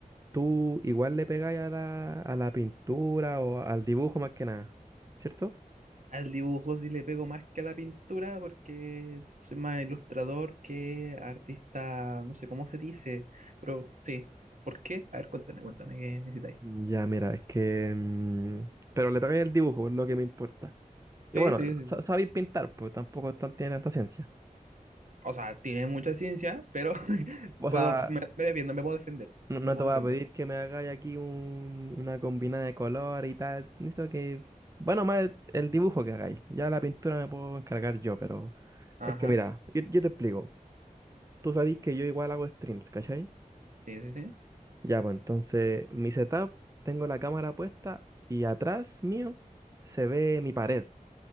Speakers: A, on the right; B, on the right.
A: ¿Tú igual le pegáis a la, a la pintura o al dibujo más que nada? ¿Cierto?
B: Al dibujo sí le pego más que a la pintura porque soy más ilustrador que artista, no sé cómo se dice, pero sí. ¿Por qué? A ver, cuéntame, cuéntame, ¿qué necesitáis?
A: Ya, mira, es que... mm, pero le pegáis al dibujo, es lo que me importa. Y
B: Sí,
A: bueno,
B: sí,
A: sa-
B: sí.
A: sabéis pintar, pues tampoco es tan- tiene tanta ciencia.
B: O sea, tiene mucha ciencia, pero <laughs>
A: O
B: puedo,
A: sea,
B: me, me defiendo, me puedo defender,
A: No, no
B: me puedo
A: te voy
B: defender.
A: a pedir que me hagáis aquí un, una combinada de color y tal. Necesito que. Bueno, más el, el dibujo que hagáis. Ya la pintura me puedo encargar yo, pero.
B: Ajá,
A: Es que mira, yo, yo te explico. Tú sabéis que yo igual hago streams, ¿cachai?
B: sí, sí, sí.
A: Ya, pues entonces, mi setup, tengo la cámara puesta y atrás mío se ve mi pared.